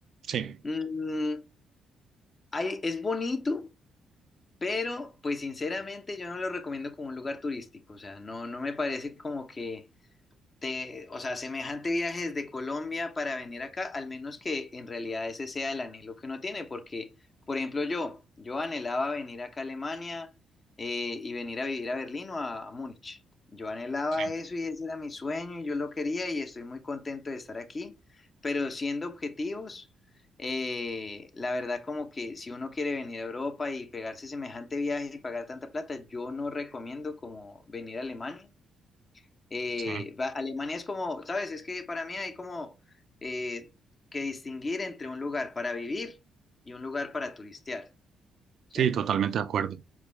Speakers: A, on the right (about 65°); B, on the left (about 35°).
A: Sí,
B: Mm, hay- es bonito, pero pues sinceramente yo no lo recomiendo como un lugar turístico, o sea, no, no me parece como que de, o sea, semejante viaje desde Colombia para venir acá, al menos que en realidad ese sea el anhelo que uno tiene, porque, por ejemplo, yo, yo anhelaba venir acá a Alemania eh, y venir a vivir a Berlín o a, a Múnich. Yo anhelaba
A: sí,
B: eso y ese era mi sueño y yo lo quería y estoy muy contento de estar aquí, pero siendo objetivos, eh, la verdad como que si uno quiere venir a Europa y pegarse semejante viaje y pagar tanta plata, yo no recomiendo como venir a Alemania eh,
A: sí.
B: va- Alemania es como, ¿sabes? Es que para mí hay como eh, que distinguir entre un lugar para vivir y un lugar para turistear, ¿sí?
A: Sí, totalmente de acuerdo.